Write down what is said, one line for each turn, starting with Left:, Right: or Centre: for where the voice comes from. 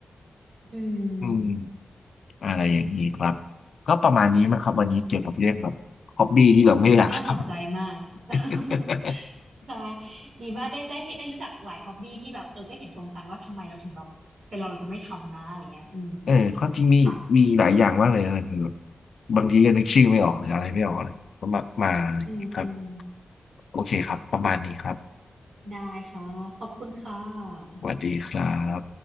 Right: อืม
Left: อืมอะไรอย่างนี้ครับก็ประมาณนี้มั้งครับวันนี้เกี่ยวกับเรื่องแบบฮอบบี้ที่เราไม่อยากท
Right: น่าสนใจมาก <laughs>
Left: ำ
Right: ใช่ดีมากได้ได้ได้รู้จักหลายฮ็อบบี้ที่แบบเออก็เห็นตรงกันว่าทำไมเราถึงแบบเป็นเราเราจะไม่ทำนะอะไรเงี้ยอืม
Left: เออความจริงมีมีหลายอย่างมากเลยนะคือแบบ
Right: ค่ะ
Left: บางทีก็นึกชื่อไม่ออกหรืออะไรไม่ออกเลยก็มามาอะไรอย่างเงี้ยครับ
Right: อืมอืม
Left: โอเคครับประมาณนี้ครับ
Right: ได้ค่ะขอบคุณค่ะ
Left: สวัสดีครับ